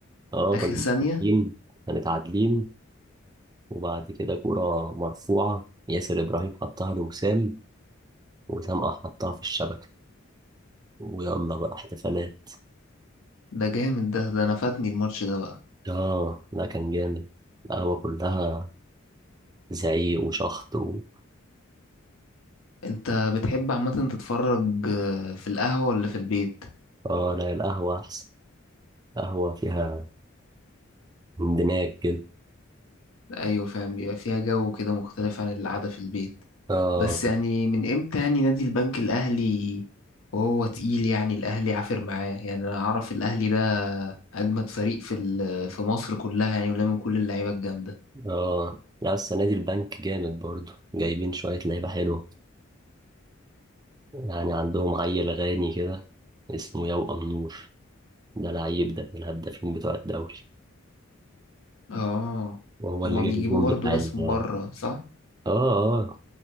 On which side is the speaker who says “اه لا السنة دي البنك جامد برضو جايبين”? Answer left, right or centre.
Right